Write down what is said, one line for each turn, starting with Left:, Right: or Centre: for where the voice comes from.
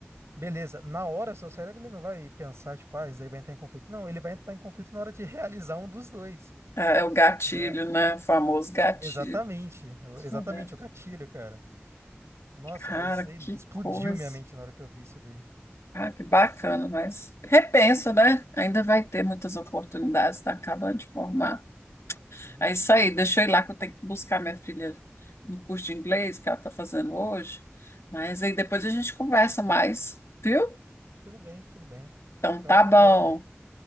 Right: Beleza, na hora seu cérebro ele não vai pensar, tipo, ah, isso daí vai entrar em conflito. Não, ele vai entrar em conflito na hora de <laughs> realizar um dos dois,
Left: É, é o gatilho,
Right: né?
Left: né? O famoso gatilho.
Right: Exatamente, o- exatamente,
Left: Uhum.
Right: o gatilho, cara. Nossa,
Left: Cara,
Right: mas isso aí
Left: que
Right: explodiu
Left: coisa.
Right: minha mente na hora que eu vi isso daí.
Left: Ah, que bacana, mas repensa, né? Ainda vai ter muitas oportunidades, Tá acabando de formar.
Right: Ah, sim.
Left: É isso aí, deixa eu ir lá que eu tenho que buscar minha filha no curso de inglês que ela está fazendo hoje. Mas aí depois a gente conversa mais, viu?
Right: Tudo bem, tudo bem.
Left: Então
Right: Então,
Left: tá
Right: até
Left: bom.
Right: breve